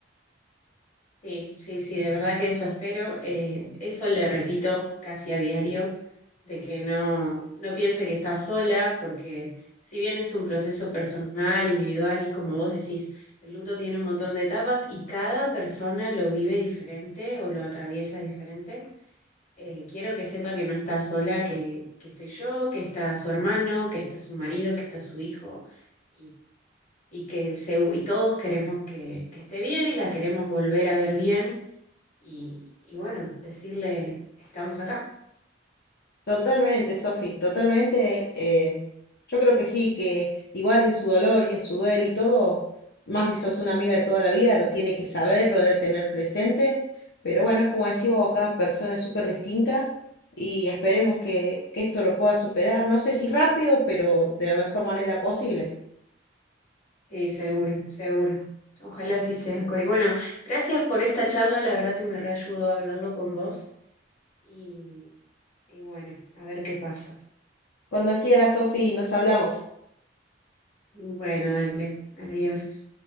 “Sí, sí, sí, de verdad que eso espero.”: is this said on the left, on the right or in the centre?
Left